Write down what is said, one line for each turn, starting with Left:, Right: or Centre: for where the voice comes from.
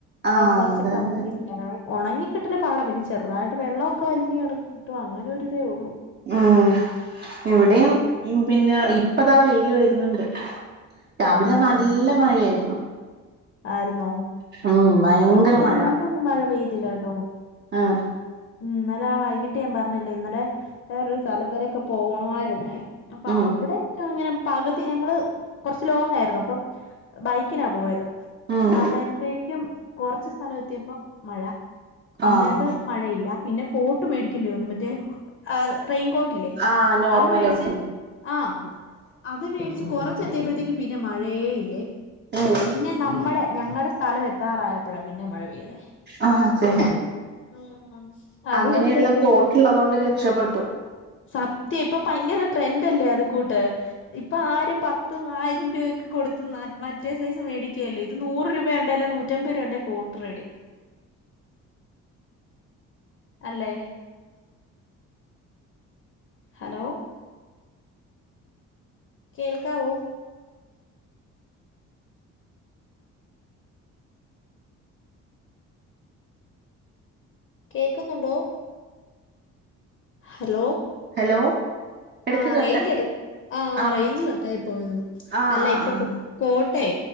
Right: ആഹ്
Left: കുറച്ചൊക്ക
Right: അതെ അതെ
Left: അലക്കിയിട്ടേ. ഉണങ്ങി കിട്ടല് പാട. പിന്നെ ചെറുതായിട്ട് വെള്ളമൊക്കെ വലിഞ്കിട്ടും, അങ്ങനെ ഒരുരതേ ഉള്ളൂ.
Right: ഉം, ഇവിടെയും
Left: ഉം
Right: പിന്നെ ഇപ്പതാ വെയില് വരുന്നുണ്ട്. രാവിലെ
Left: ആഹ് ആഹ്
Right: നല്ല മഴയായിരുന്നു.
Left: ആയിരുന്നോ?
Right: ഉം ഭയങ്കര
Left: ആ ഇവിടെ
Right: മഴ
Left: രാവിലെന്നും മഴ പെയ്തില്ല ട്ടോ?
Right: ആഹ്
Left: ഉം, ഇന്നലെ ആ വൈകിട്ട് ഞാൻ പറഞ്ഞില്ലാ, ഇന്നലെ വേറൊരു സ്ഥലം വരൊക്കെ പോവ ണോയിരുന്നേ. അപ്പ
Right: ഉം
Left: അവിടെക്കെ ങ്ങനെ പകുതി ഞങ്ങള് കുറച്ച് ലോങ് ആയിരുന്നു അപ്പം ബൈക്കിനാ പോയത്.
Right: ഉം
Left: അ നേരത്തേക്കും കൊറച്ച് സ്ഥലം എത്തിയപ്പ മഴ അന്നിട്ട്
Right: ആഹ്
Left: മഴയില്ല. പിന്നെ കോട്ട് മേടിക്കേണ്ടി വന്നു മറ്റേ റെയിൻ കോട്ട്ല്ലേ
Right: ആഹ് നോർമലായി
Left: അത് മേടിച്ച് ആ അത് മേടിച്ച് കൊറച്ച് ത്തിയപ്പോഴത്തേക്ക് പിന്നെ മഴയേ ഇല്ലേ
Right: ഉം
Left: പിന്നെ നമ്മടെ ഞങ്ങടെ സ്ഥലം എത്താറായപ്പോഴാ പിന്നെ മഴ പെയ്തെ
Right: ആഹ് അതെ
Left: ഉം അതുകൊണ്ട്
Right: അങ്ങനെയുള്ള
Left: ഇങ്ങനെ
Right: കോട്ടുള്ളതൊണ്ട് രക്ഷപ്പെട്ടു
Left: സത്യ ഇപ്പൊ ഭയങ്കര ട്രെൻഡല്ലേ അത് കൂട്ട് ഇപ്പൊ ആരും പത്തും ആയിരം രൂപക്കെ കൊടുത്ത് മറ്റേ സൈസ് മേടിക്ക ല്ലേ ഇത് നൂറ് രൂപണ്ട് അല്ല നൂറ്റമ്പരൂപടെ കോട്ട് റെഡി അല്ലേ ഹലോ കേൾക്കാവോ കേക്കുന്നുണ്ടോ ഹലോ
Right: ഹലോ എടക്ക്
Left: ആ്
Right: കട്ട്
Left: റേയ്ഞ്ച്ട് ആ
Right: ആഹ്
Left: റേഞ്ച് കട്ടയി പോവുന്നു
Right: ആഹ്
Left: അല്ല
Right: ആഹ്
Left: ഇപ്പൊ
Right: ആഹ്
Left: കോട്ടെ